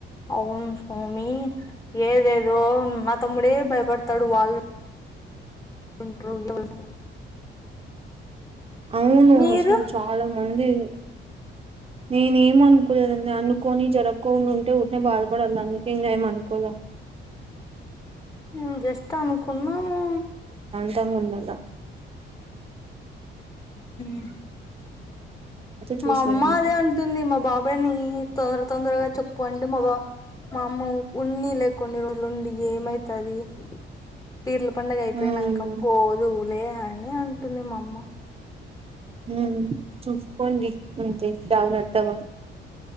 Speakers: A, on the left; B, on the right.
A: అవున్ స్వామి ఏదేదో మా తమ్ముడే భయపడతాడు వాళ్ళు <unintelligible>
B: అవును
A: మీరు
B: అసల్ చాలా మంది నేనేం అనుకోలేదండి అనుకోని జరక్కోను టే ఉట్నే బాధపడాలని జెప్పి ఇంగ ఏమ్ అనుకోలె
A: ఊ నేను జస్ట్ అనుకున్నాము
B: తమ్ ఉండద
A: ఉహు
B: చూసేదంతే
A: మా అమ్మ అదే అంటుంది మా బాబాయ్ ని తొందర తొందరగా చెప్పు అండె మా బా మా అమ్మ ఉన్ని లే కొన్ని రోజులు ఉండి యేమైతాది పీర్ల పండగ అయిపోయినంక
B: ఉమ్
A: పోదువులే అని అంటుంది మా అమ్మ
B: ఉమ్ చూస్కొండి అంతే జాగ్రత్తగా